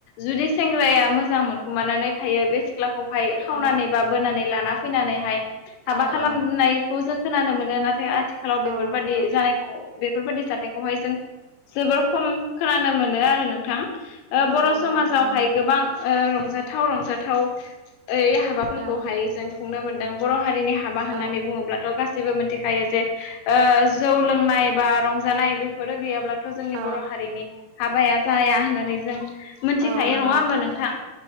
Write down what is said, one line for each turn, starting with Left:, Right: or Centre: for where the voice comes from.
Left: जुदि सेंग्राया मोजां मोनखुमानानै थायो बे सिख्लाखौहाय खावनानै
Right: औ
Left: बा बोनानै लाना फैनानै हाबा
Right: औ
Left: खालामनायखौ
Right: औ
Left: जों खोनानो मोनो नाथाय आथिखालाव बेफोरबादि
Right: औ नंगौ
Left: जानायखौ बेफोरबायदि जाथायखौहाय जों जोबोर खम खोनानो मोनो आरो नोंथां
Right: नंगौ
Left: बर'
Right: नोंथां
Left: समाजावहाय
Right: औ नंगौ
Left: गोबां रंजा रंजाथाव रंजाथाव ओइ हाबाफोरखौहाय
Right: औ
Left: जों खुंनो मोन दों‌ बर' हारिनि हाबा
Right: औ
Left: होननानै बुङोब्लाथ' गासैबो मिथिखायो जे ओ जौ लोंनाय बा रंजानाय बेफोरो गैयाब्लाथ' जोंनि
Right: औ
Left: बर' हारिनि हाबाया जाया होननानै जों मिथिखायो
Right: औ नंगौ
Left: नङा होमबा नोंथां?